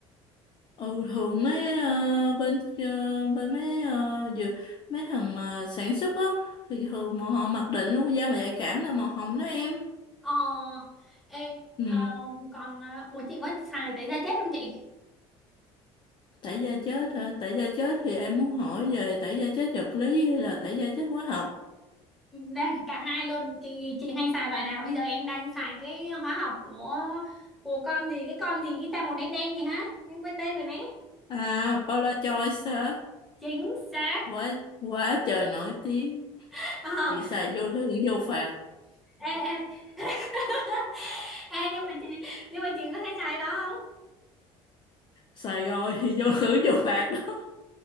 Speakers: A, on the left (about 40°); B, in the centre.
A: ừ thường mấy ờ, bên ờ, bên mấy ờ, dừa- mấy thằng mà sản xuất á thì thường mà họ mặc định luôn da mà nhạy cảm là màu hồng đó em
B: ờ ê
A: ừ
B: ờ, còn à, ủa chị có xài tẩy da chết không chị
A: Tẩy da chết hả? Tẩy da chết thì em muốn hỏi về tẩy da chết vật lý hay là tẩy da chết hóa học?
B: đang cả hai luôn chị chị hay xài loại nào bây giờ em đang xài cái hóa học của của con gì cái con gì cái ta màu đen đen gì hả em quên tên rồi nè
A: À, Paula Joyce hả?
B: chính xác
A: Quá, quá trời nổi tiếng.
B: <laughs> ờ
A: Chị xài vô thứ hưởng vô phạt.
B: ê, ê, ê, <laughs> ê, nhưng mà chị nhưng mà chị nó hay xài đó không
A: Xài rồi thì vô <laughs> hưởng vô phạt đó.